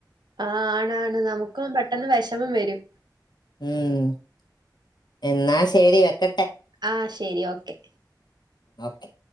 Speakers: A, on the right; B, on the left.
A: ആ ആണ് ആണ് നമുക്കും പെട്ടെന്ന് വെഷമം വെരും.
B: ഉം എന്നാ ശെരി വെക്ക
A: ആ ശെരി ഓക്കെ.
B: ഓക്കെ.